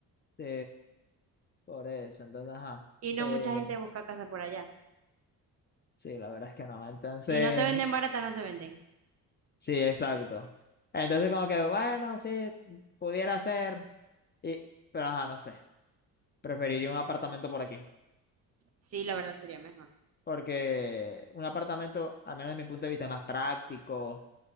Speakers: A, on the left; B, on the right.
A: Sí, por eso, entonces, ajá.
B: Y no
A: eh,
B: mucha gente busca casa por allá.
A: Sí, la verdad es que no. Entonces,
B: Si no se venden baratas, no se venden.
A: sí, exacto. Entonces, como que, bueno, sí, pudiera ser. Y, pero ajá, no sé. Preferiría un apartamento por aquí.
B: Sí, la verdad sería mejor,
A: Porque un apartamento, al menos de mi punto de vista, es más práctico.